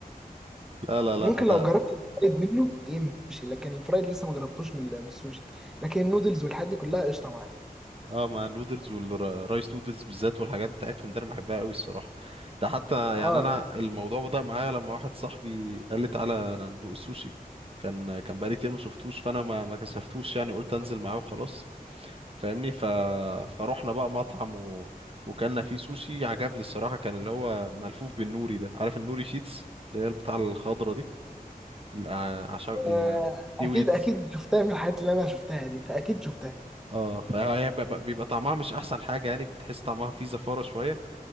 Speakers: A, on the right (about 40°); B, in the centre.
A: لا لا لا
B: ممكن
A: ده
B: لو جربت الفرايد منه يمشي لكن الفرايد لسه ما جربتوش من ال- من السوشي لكن النودلز والحاجات دي كلها قشطه معايا
A: اه مع النودلز والرايس نودلز بالذات والحاجات بتاعتهم دي انا بحبها قوي الصراحه ده حتى
B: اه
A: يعني انا الموضوع بدأ معايا لما واحد صاحبي قال لي تعالى انا ندوق السوشي كان كان بقالي كتير ما شفتوش فانا ما ما كسفتوش يعني قلت انزل معاه وخلاص فاهمني ف فروحنا بقى مطعم و... وكلنا فيه سوشي عجبني الصراحه كان اللي هو ملفوف بالنوري ده عارف النوري شيتس اللي هي بتاع الخضره دي الع- عشان
B: آه،
A: ال... سي
B: اكيد
A: ويدز
B: اكيد شفتها من الحاجات اللي انا شفتها دي فاكيد شفتها
A: اه فهي بيبقى بيبقى طعمها مش احسن حاجه يعني بتحس طعمها فيه زفاره شويه